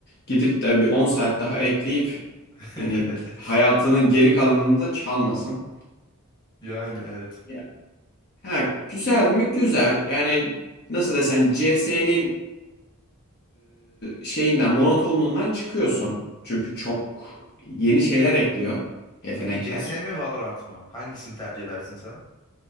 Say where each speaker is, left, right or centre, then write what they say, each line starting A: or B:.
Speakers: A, on the left (about 45°); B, on the left (about 20°).
A: Gidip de bir 10 saat daha ekleyip
B: <laughs>
A: hani hayatının geri kalanını da çalmasın.
B: Yani evet.
A: Ya, ha güzel mi? Güzel. Yani nasıl desem CS'nin şeyinden monotonluğundan çıkıyorsun. Çünkü çok yeni şeyler ekliyor yetenekler.
B: Peki CS mi Valorant mı? Hangisini tercih edersin sen?